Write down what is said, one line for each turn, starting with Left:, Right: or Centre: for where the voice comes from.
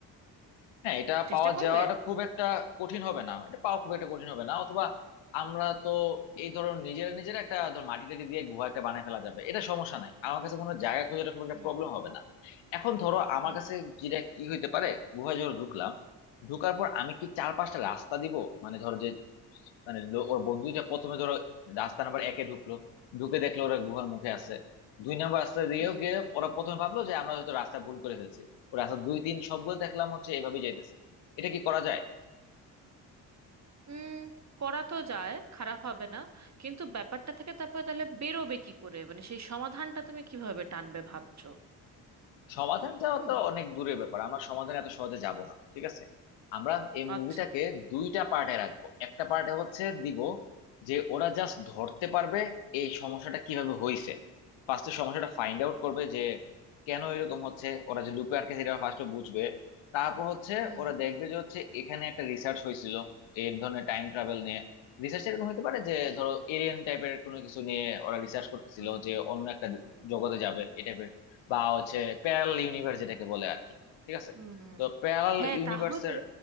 Left: হ্যাঁ এটা
Right: চেষ্টা
Left: পাওয়া
Right: করবে
Left: যাওয়াটা খুব একটা কঠিন হবে না এটা পাওয়া খুব একটা কঠিন হবে না অথবা আমরা তো এই ধরো নিজেরা নিজেরা একটা ধর মাটি টাটি দিয়ে গুহা একটা বানায় ফেলা যাবে এটা সমস্যা নাই আমার কাছে কোনো জায়গা খোঁজাটা খুব একটা
Right: হুম
Left: প্রবলেম হবে না এখন ধরো আমার
Right: হুম
Left: কাছে যেটা কি হইতে পারে গুহায় ধরো ঢুকলাম ঢুকার পর আমি কি চার পাঁচটা রাস্তা দিব মানে ধরো যে মানে লো- ওর বন্ধুটা প্রথমে ধরো রাস্তা নাম্বার একে ঢুকলো ঢুকে দেখলো ওরা গুহার মুখে আছে দুই নাম্বার রাস্তা দিয়েও
Right: হুম
Left: গিয়ে ওরা প্রথমে ভাবলো যে আমরা হয়তো রাস্তা ভুল করে ফেলছি ও রাস্তা দুই তিন সবগুলো দেখলাম হচ্ছে এভাবে যাইতেছে এটা কি করা যায়
Right: হুম করা তো যায় খারাপ হবে না কিন্তু ব্যাপারটা থেকে তারপরে তাহলে বেরোবে কি করে মানে সেই সমাধানটা তুমি কিভাবে টানবে ভাবছো
Left: সমাধান যাওয়া
Right: হুম
Left: তো অনেক দূরের ব্যাপার আমরা সমাধানে এত সহজে যাব না ঠিক আছে আমরা এই
Right: আচ্ছা
Left: মুভিটাকে দুইটা পার্টে রাখবো একটা পার্টে হচ্ছে দিব যে ওরা জাস্ট ধরতে পারবে এই সমস্যাটা কিভাবে হয়েছে ফার্স্টে সমস্যাটা ফাইন্ড আউট করবে যে কেন এরকম হচ্ছে ওরা যে লুপে আটকে সেটা ফার্স্টে বুঝবে তারপর হচ্ছে
Right: হুম
Left: ওরা দেখবে যে হচ্ছে এখানে একটা রিসার্চ হয়েছিল এই ধরনের টাইম ট্রাভেল নিয়ে রিসার্চ এরকম হতে পারে যে ধরো এলিয়েন টাইপের কোনো কিছু নিয়ে ওরা রিসার্চ করতেছিল
Right: হুম
Left: যে অন্য একটা জগতে যাবে এই type এর বা হচ্ছে প্যারাল ইউনিভার্স যেটাকে বলে আর কি ঠিক আছে
Right: হুম হুম।
Left: তো প্যারাল
Right: হ্যাঁ
Left: ইউনিভার্সের
Right: তাহলে